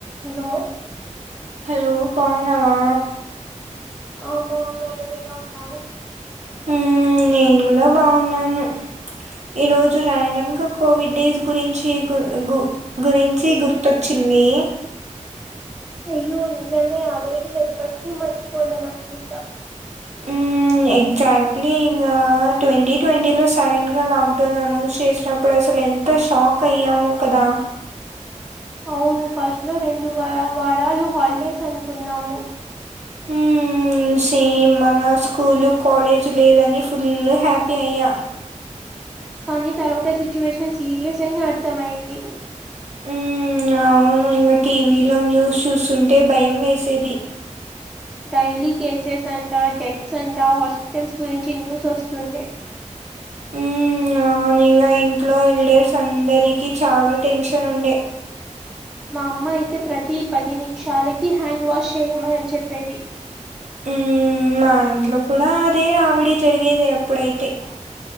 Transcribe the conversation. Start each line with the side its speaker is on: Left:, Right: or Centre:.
Centre: హేలో
Right: హలో బావున్నావా
Centre: ఆ బావున్న నువ్వెలా ఉన్నావ్
Right: ఊ నేను గూడా బావున్నాను ఈరోజు ర్యాండమ్ గా కోవిడ్ డేస్ గురించి గుర్ గు గురించి గుర్తొచ్చింది
Centre: అయ్యో నిజమే ఆ రోజు ఎప్పటికీ మర్చిపోలేం అనుకుంటా
Right: మ్మ్ ఎగ్జాక్ట్లీ ఇంగ ట్వంటీ ట్వంటీలో సడన్గా లాక్డౌన్ అనౌన్స్ చేసినప్పుడు అసలు ఎంత ఎంత షాక్ అయ్యామో కదా
Centre: అవును ఫస్ట్ లో రెండు వ వారాలు హాలిడేస్ అనుకున్నాము.
Right: ఊ సేమ్ మన స్కూలు కాలేజ్ లేదని ఫుల్ హ్యాపీ అయ్యా
Centre: కానీ తర్వాత సిచ్యువేషన్ సీరియస్ అయ్యి అర్థమైంది.
Right: ఉ అవును ఇంకా టీవీలో న్యూస్ చూస్తుంటే భయం వేసేది
Centre: డైలీ కేసెస్ అంటా డెత్స్ అంటా హాస్పిటల్స్ గురించి న్యూస్ వస్తు
Right: ఊ ఆ ఇంగా ఇంట్లో ఓల్డర్స్ అందరికీ చాలా టెన్షన్ ఉండే
Centre: మా అమ్మ అయితే ప్రతి పది నిమిషాలకి హ్యాండ్ వాష్ చేయమాని చెప్పేది
Right: ఉ మా ఇంట్లో కూడా అదే రావిడి జరిగేది అప్పుడైతే